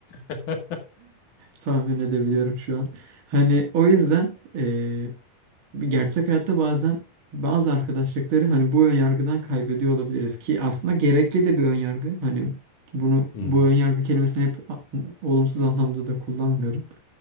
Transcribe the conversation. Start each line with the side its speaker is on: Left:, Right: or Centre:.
Left: <laughs>
Right: tahmin edebiliyorum şu an. Hani o yüzden eee, gerçek hayatta bazen bazı arkadaşlıkları hani bu ön yargıdan kaybediyor olabiliriz ki aslında gerekli de bir ön yargı. Hani bunu
Left: Hı hı.
Right: bu ön yargı kelimesini hep a- olumsuz anlamda da kullanmıyorum.